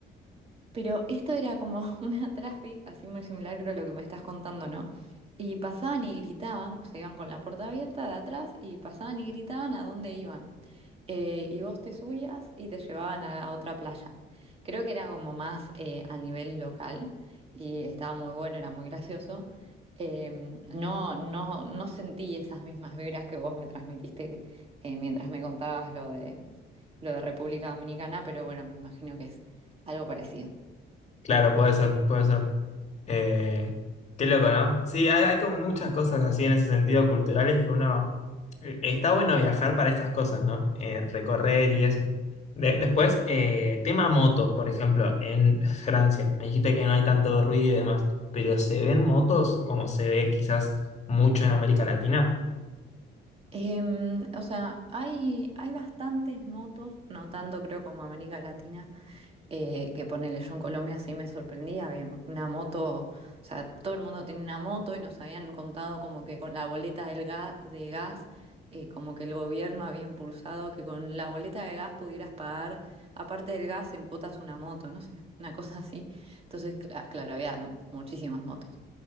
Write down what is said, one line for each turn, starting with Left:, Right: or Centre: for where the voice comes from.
Right: Pero esto era como <laughs> una traffic, así muy similar creo a lo que me estás contando, ¿no? Y pasaban y gritaban, o sea, iban con la puerta abierta de atrás y pasaban y gritaban a dónde iban. Eh, y vos te subías y te llevaban a, a otra playa. Creo que era como más eh, a nivel local y estaba muy bueno, era muy gracioso. Em, no, no, no sentí esas mismas vibras que vos me transmitiste eh, mientras me contabas lo de, lo de República Dominicana, pero bueno, me imagino que es algo parecido.
Left: Claro, puede ser, puede ser. Eh, qué loco, ¿no? Sí, hay, hay como muchas cosas así en ese sentido culturales que uno... eh, Está bueno viajar para estas cosas, ¿no? Eh, recorrer y eso. De- después, eh, tema motos, por ejemplo, en <laughs> Francia. Me dijiste que no hay tanto ruido y demás, pero ¿se ven motos como se ve quizás mucho en América Latina?
Right: Em, o sea, hay, hay bastantes motos, no tanto creo como América Latina, eh, que ponele, yo en Colombia sí me sorprendía, había una moto, o sea, todo el mundo tenía una moto y nos habían contado como que con la boleta del ga- de gas, eh, como que el gobierno había impulsado que con la boleta de gas pudieras pagar, aparte del gas, en cuotas una moto, no sé, una cosa así. Entonces, cla- claro, había muchísimas motos.